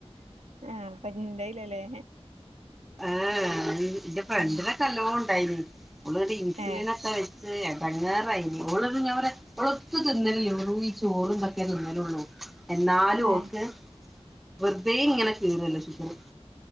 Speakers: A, on the right (about 85°); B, in the centre.
A: ആ അപ്പോ ഇണ്ടായിലല്ലേ
B: ആ ന്റെ ഫ്രണ്ടിനൊക്കെ
A: ഉം
B: നല്ലോണം ണ്ടായ്ന് ഓള് ന്ന്ട്ട് ഇൻസുലിനൊക്കെ
A: ഏഹ്
B: വെച്ച് ഏ ഇടങ്ങേറായിന്നി. ഓൾ ഞാൻ പറയാ ഓൾ യെത്തും തിന്നാലില്ലെനി ഓൾ ഈ ചോറും കഞ്ഹീം തിന്നലാല്ലു എന്നാലും
A: ഏഹ്
B: ഒക്കെ വേർതെ ഇങ്ങനെ കേറുവല്ലേ ഷുഗർ